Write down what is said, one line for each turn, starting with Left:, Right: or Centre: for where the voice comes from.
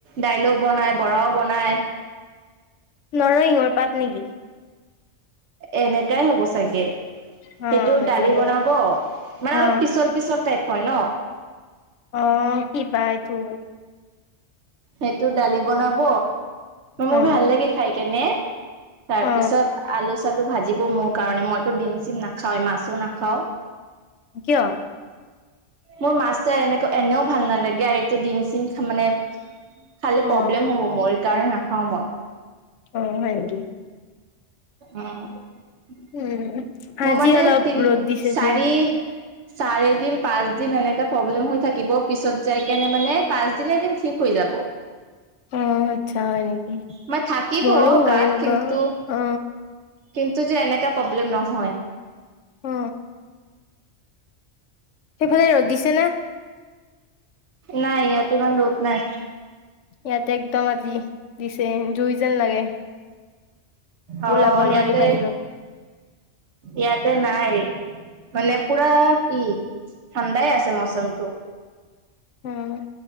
Right: দাইলও বনাই বৰাও বনাই।
Left: নৰসিংহৰ পাত নেকি?
Right: এনেকাই হ'ব চাগে।
Left: অ
Right: সেইটোৰ
Left: হয়
Right: দালি
Left: চাগে।
Right: বনাব মানে
Left: অ
Right: অলপ পিচল পিচল টাইপ হয় ন।
Left: অ কিবা এইটো
Right: সেইটো দালি বনাব
Left: অ
Right: মোৰ ভাল লাগে খাই কেনে তাৰপিছত-
Left: অ
Right: আলু চালু ভাজিব মোৰ কাৰণে মইতো ডিম চিম নাখাওঁ মাছো নাখাওঁ।
Left: কিয়
Right: মোৰ মাছটো এনেকো এনেও ভাল নালাগে আৰু এইটো ডিম চিম খাম মানে- খালে
Left: অ
Right: প্ৰব্লেম হ'ব মই কাৰণে নাখাওঁ মই।
Left: অ হয় নেকি?
Right: উম
Left: উম
Right: মোৰ
Left: আজি
Right: মানে
Left: অলপ
Right: তিনি
Left: ৰ'দ দিছে
Right: চাৰি।
Left: এতিয়া।
Right: চাৰি দিন পাঁচ দিন এনেকা প্ৰব্লেম হৈ থাকিব পিছত যাই কেনে মানে পাঁচ দিনাদিন ঠিক হৈ যাব।
Left: অ আচ্ছা হয় নেকি?
Right: মই থাকিব
Left: মোৰো হয়
Right: গাত
Left: এনেকুৱা
Right: কিন্তু
Left: অ
Right: কিন্তু যে এনেকা প্ৰব্লেম নহয়।
Left: অ। সেইফালে ৰ'দ দিছে না?
Right: নাই ইয়াত ইমান ৰ'দ নাই।
Left: ইয়াতে একদম আজি দিছে জুই যেন লাগে।
Right: অ
Left: ওলাব নোৱাৰি
Right: ইয়াতে।
Left: বাহিৰত।
Right: ইয়াতে নাই মানে পুৰা পি ঠাণ্ডাই আছে মৌচমটো।
Left: উম।